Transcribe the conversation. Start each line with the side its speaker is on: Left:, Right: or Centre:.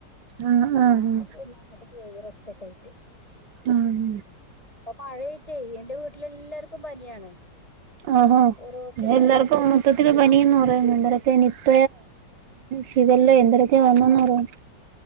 Right: ആഹ്
Left: അങ്ങനെ
Right: ആഹ്
Left: പിന്നെ അങ്ങക്കെ പോയി റെസ്റ്റ് ഒക്കെ ആയിട്ട്
Right: ആഹ്
Left: അപ്പൊ മഴയായിട്ടെ എന്റെ വീട്ടിലെല്ലാർക്കും പനിയാണ്
Right: ആഹ്
Left: ഓരോരുത്തർക്കും
Right: എല്ലാർക്കും
Left: ഉം
Right: മൊത്തത്തില്
Left: മാറി മാറി
Right: പനിയെന്ന് പറയുന്നു എന്ത നി നിപ്പ ഷിഖല്ലേ എന്ത രൊക്കെ വന്നെന്ന് പറയുന്ന്